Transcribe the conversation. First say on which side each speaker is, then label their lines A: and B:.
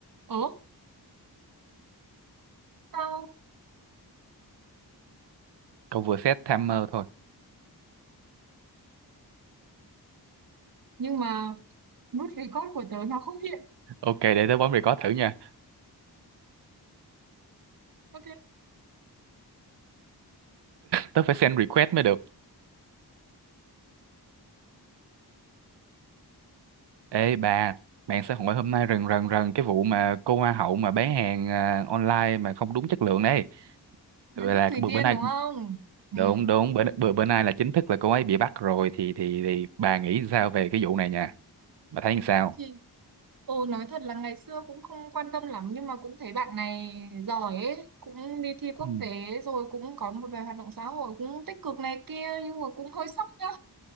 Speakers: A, on the right (about 55°); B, on the right (about 85°).
A: Ớ, sao?
B: Cậu vừa set timer thôi.
A: Nhưng mà nút record của tớ nó không hiện.
B: Ok, để tớ bấm record thử nha.
A: Ok,
B: Tớ phải send request mới được. Ê bà, mạng xã hội hôm nay rần rần rần cái vụ mà cô hoa hậu mà bán hàng à, online mà không đúng chất lượng đấy.
A: Nguyễn
B: Vậy
A: Thúc
B: là
A: Thủy
B: bữa
A: Tiên
B: bữa nay
A: đúng không?
B: đúng
A: Ừ.
B: đúng bữa bữa bữa nay là chính thức là cô ấy bị bắt rồi thì thì thì bà nghĩ sao về cái vụ này nha? Bà thấy như sao?
A: Thì, ồ, nói thật là ngày xưa cũng không quan tâm lắm nhưng mà cũng thấy bạn này giỏi ấy. Cũng đi thi quốc
B: Ừ.
A: tế rồi cũng có một vài hoạt động xã hội cũng tích cực này kia nhưng mà cũng hơi sốc nhá.